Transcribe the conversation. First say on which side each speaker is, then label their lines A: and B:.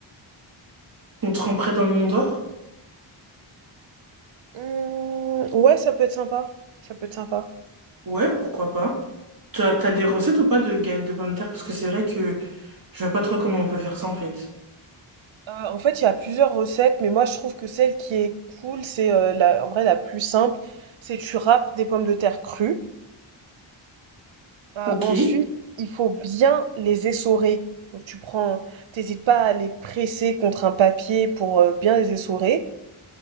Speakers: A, on the right (about 45°); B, on the right (about 70°).
A: qu'on tremperait dans le Mont d'Or.
B: Hmm, ouais, ça peut être sympa. Ça peut être sympa.
A: Ouais, pourquoi pas. T'as, t'as des recettes ou pas de galettes de pommes de terre? Parce que c'est vrai que je vois pas trop comment on peut faire ça en fait.
B: Euh, en fait, il y a plusieurs recettes, mais moi je trouve que celle qui est cool, c'est euh, la, en vrai la plus simple, c'est tu râpes des pommes de terre crues. Euh,
A: Ok,
B: ensuite, il faut bien les essorer. Donc tu prends, t'hésites pas à les presser contre un papier pour euh, bien les essorer.